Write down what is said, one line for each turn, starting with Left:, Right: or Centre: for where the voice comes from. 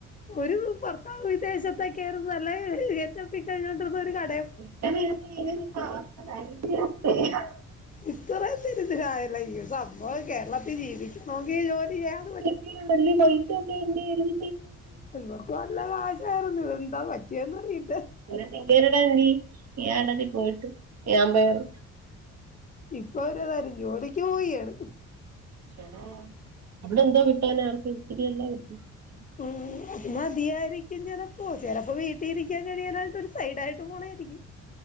Left: ഒരു ഭർത്താവ് വിദേശത്തൊക്കെയായിരുന്നു നല്ല ഗെറ്റപ്പിക്കഴിഞ്ഞൊണ്ടിരുന്ന ഒരു കട
Right: <unintelligible>
Left: ഇത്രയും ദുരിദ്രായില്ല സംഭവം കേരളത്തിൽ ജീവിക്കണക്കി ജോലി ചെയ്യാതെ പറ്റി
Right: ല്ല കയ്യ് പൈസൊക്കെ എ ന്തയ്യരും
Left: ഇവർക്ക് നല്ല കാശായിരുന്നു ഇത്‌ ന്താ പറ്റിയേന്ന് അറിയില്ല
Right: <unintelligible> കിരണ് എന്തീ ഏടതി പോയിട്ട് ഏഴാമ്പറ്
Left: ഇപ്പ അവര്തറിഞ്ഞു ജോലിക്ക് പോയിയാണ്
Right: ശ്ശെടാ അവിടെ എന്തോ കിട്ടാനാ ആർക്ക്ത്തിരില്ലാത് ഇത് നമ്പ്
Left: ഉം അത് മതിയായിരിക്കും ചിലപ്പോ ചിലപ്പോ വീട്ടിരിക്കാൻ കഴിയാനായിട്ട് ഒരു സൈഡ് ആായിട്ട് പോണായിരിക്കും